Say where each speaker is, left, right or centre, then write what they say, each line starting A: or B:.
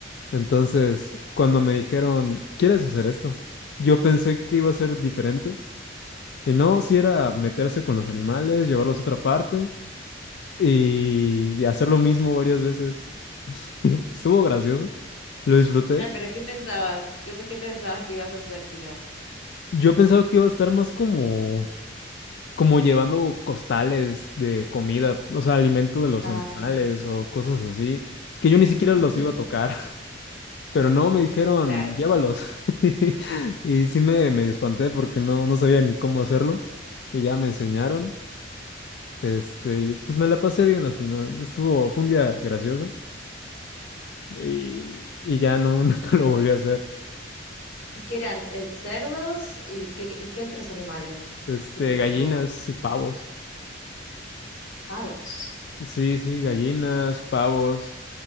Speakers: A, on the left (about 55°); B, on the left (about 85°).
A: Entonces, cuando me dijeron, ¿quieres hacer esto? Yo pensé que iba a ser diferente. Y no, si era meterse con los animales, llevarlos a otra parte y y hacer lo mismo varias veces. <laughs> Estuvo gracioso, lo disfruté.
B: Ay, pero ¿qué pensabas? ¿Qué, qué pensabas que ibas a hacer si no?
A: Yo pensaba que iba a estar más como como llevando costales de comida, o sea, alimento de los
B: Ah,
A: animales o cosas así, que yo ni siquiera
B: <laughs>
A: los iba a tocar, <laughs> pero no, me dijeron,
B: claro.
A: llévalos. <laughs> Y sí me, me espanté porque no, no sabía ni cómo hacerlo. Y ya me enseñaron. Este, y pues me la pasé bien al final. Estuvo, fue un día gracioso. Y, y ya no, <laughs> nunca lo volví a hacer.
B: ¿Y qué eran? Eh, ¿cerdos? ¿Y qué, y qué otros animales
A: Este,
B: que te tocó?
A: gallinas y pavos.
B: Pavos.
A: Sí, sí, gallinas, pavos.